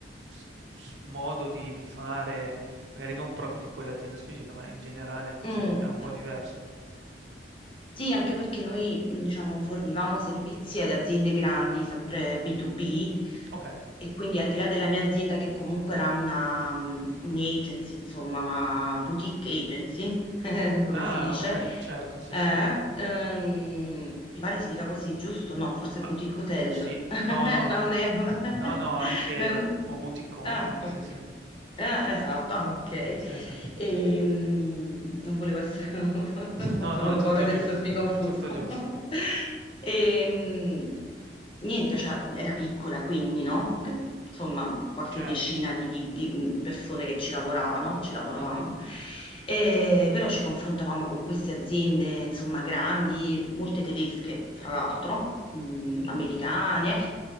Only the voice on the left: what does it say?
mm.
mm,
Sì, anche perché noi, mh, diciamo, fornivamo servizi ad aziende grandi, sempre B2B,
e quindi al di là della mia azienda, che comunque era una, mh, un'agency, insomma, una boutique agency, <laughs>
come
si dice,
eh,
ehm, mi pare si dica così, giusto? No, forse
boutique hotel.
<laughs> È
una, un- è una- <laughs>
no, è un-
ah, ok.
Ah, esatto, ah, ok.
E mm, non volevo essere, <laughs> avevo
paura di
essermi confusa.
<laughs>
E mm, niente, cioè, era piccola quindi, no? Che- Insomma, qualche
decina di, di- di persone che ci lavoravano, ci lavoravamo.
E, però ci confrontavamo con queste aziende, insomma, grandi, molte tedesche, fra l'altro, mm, americane.